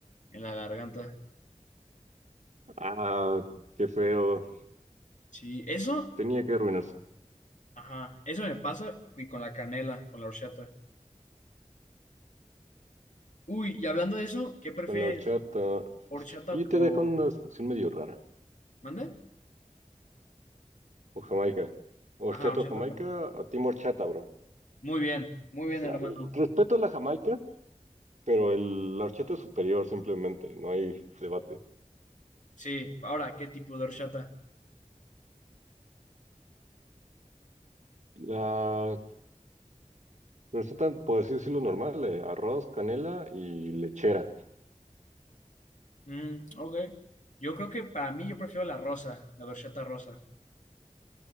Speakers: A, on the left; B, on the right.
A: en la garganta.
B: Ah, qué feo.
A: Sí, eso,
B: Tenía que arruinarse.
A: ajá, eso me pasa y con la canela, con la horchata. Uy, y hablando de eso, ¿qué prefieres?
B: Con la horchata.
A: ¿Horchata
B: Y
A: o...
B: te
A: o-
B: dejo una situación medio rara.
A: ¿Mande?
B: O Jamaica. Horchata
A: Ajá, horchata
B: o Jamaica,
A: o camote.
B: o Team Horchata, bro.
A: Muy bien, muy
B: O
A: bien,
B: sea,
A: hermano.
B: el- respeto a la Jamaica, pero el, la horchata es superior simplemente. No hay debate.
A: Sí, ahora, ¿qué tipo de horchata?
B: La receta, por así decirlo, normal, de arroz, canela y lechera.
A: Mm, ok. Yo creo que para mí yo prefiero la rosa, la horchata rosa.